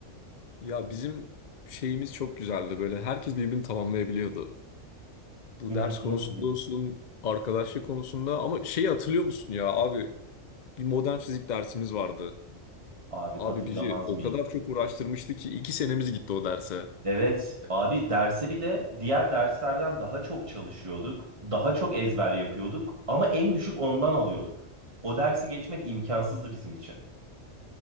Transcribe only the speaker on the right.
İnanılmaz
iyi.
Abi
hatırlamaz
mıyım?
Evet abi derse bir de diğer derslerden daha çok çalışıyorduk. Daha çok ezber yapıyorduk ama en düşük ondan alıyorduk. O dersi geçmek imkansızdı bizim için.